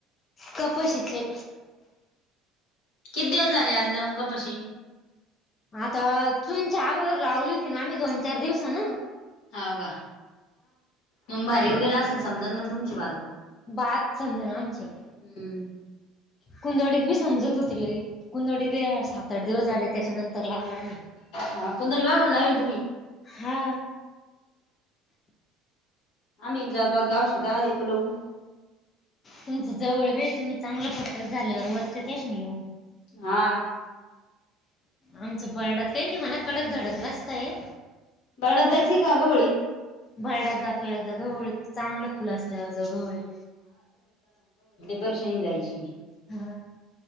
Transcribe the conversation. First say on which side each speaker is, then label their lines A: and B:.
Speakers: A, on the left; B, on the left.
A: कपाशी तले...
B: किती दिवस झाले आज लाऊन कपाशी-
A: आता तुमच्या अगोदर लावली होती ना आम्ही दोन चार दिवसा नं-
B: हो का मग भारी ऊगला असल समजा मग तुमची बाजू
A: बात समजणार आमचे-
B: हम्म
A: कुंदडीत बी समजत होती लग कुंदडीत बी सात आठ दिवस झाले त्याच्या नंतर लावलं म
B: हा कुंदडी मागून लावील-
A: हा....
B: आम्ही जातो आत गावशध आ येतो लघून
A: तुमच जवळ वेळ तुम्ही चांगलं फट्टक झाल्यावर वरचे तेशगले
B: हा
A: आमच्या बर्डात काही नाही म्हणा कडक धडक रस्तय-
B: काढत जायची काग वळीत-
A: भरडात जातो एकदा गवळी चांगलं खुलं असल्यावर जव गवळी-
B: परर्शानी जायची
A: हा